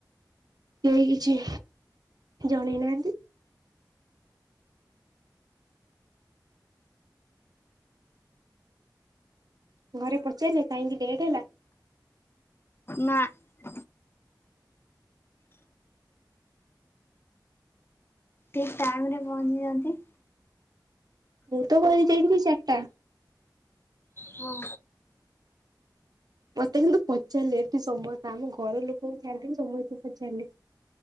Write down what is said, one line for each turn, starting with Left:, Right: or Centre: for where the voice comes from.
Right: କେହି କିଛି ଜଣେଇ ନାହାନ୍ତି। ଘରେ ପଚାରିଲଲେ କାହିଁକି ଲେଟ୍ ହେଲା।
Left: ନା । ଠିକ ଟାଇମ ରେ ପହଞ୍ଚିଛନ୍ତି।
Right: ମୁଁ ତ କଇକି ଯାଇଥିଲି ଚାରିଟା
Left: ହଁ।
Right: ମତେ କିନ୍ତୁ ପଚାରିଲେ ଏଠି ସମସ୍ତେ ଆମ ଘର ଲୋକଙ୍କୁ ଛାଡଦେଇ ସମସ୍ତେ ପଚାରିଲେ